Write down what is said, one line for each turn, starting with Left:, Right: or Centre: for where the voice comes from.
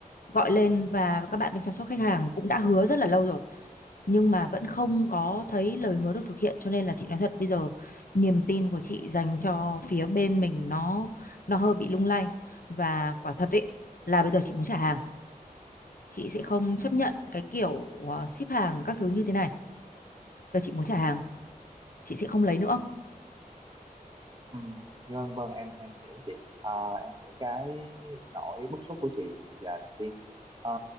Left: gọi lên và các bạn bên chăm sóc khách hàng cũng đã hứa rất là lâu rồi nhưng mà vẫn không có thấy lời hứa được thực hiện cho nên là chị nói thật bây giờ niềm tin của chị dành cho phía bên mình nó nó hơi bị lung lay và quả thật ấy là bây giờ chị muốn trả hàng chị sẽ không chấp nhận cái kiểu ờ, ship hàng các thứ như thế này Bây giờ chị muốn trả hàng chị sẽ không lấy nữa
Right: Ừ, vâng vâng em em hiểu chị à, em hiểu cái nỗi bức xúc của chị giờ chị Tiên Ờ,